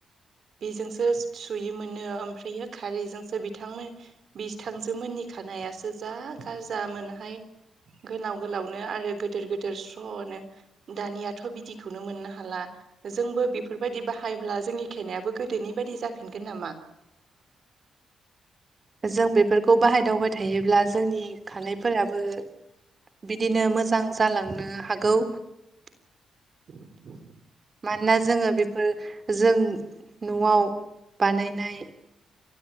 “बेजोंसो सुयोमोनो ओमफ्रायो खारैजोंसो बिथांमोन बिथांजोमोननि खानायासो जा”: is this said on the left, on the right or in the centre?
Right